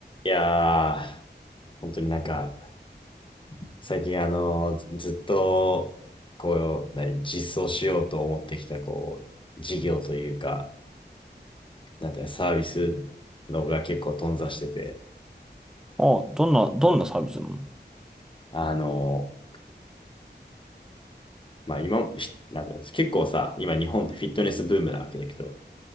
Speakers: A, on the left (about 25°); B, in the centre.
A: いやー、本当になんか、最近あの、ずずっと、こう、何、実装しようと思ってきた、こう、事業というか、なんていうのサービスのが結構頓挫してて、
B: あ、どんな、どんなサービスなの
A: あの、まあ今、ひなんていうの結構さ、今日本ってフィットネスブームなわけだけど、